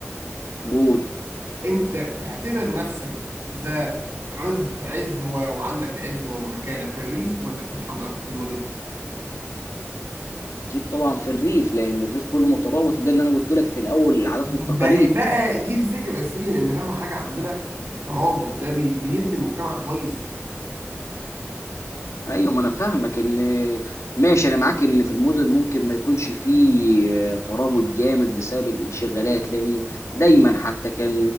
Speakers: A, on the left (about 80°); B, on the right (about 70°).
A: قول
B: انت تعتبر نفسك ذا عز عزوه وعندك عزوه ومكانه في الريف ولا في الحضر في المدن
A: اكيد طبعا في الريف لان الريف كله مترابط وده اللي انا قلت لك في الاول العادات والتقاليد
B: ما هي بقى دي الفكره الاساسيه لان اهم حاجه عندنا الترابط ده بي- بيبني مجتمع كويس
A: ايوه ما انا فاهمك ان ماشي انا معاك ان في المدن ممكن ما يكونش فيه آه، ترابط جامد بسبب الانشغالات لان دايما حتى كان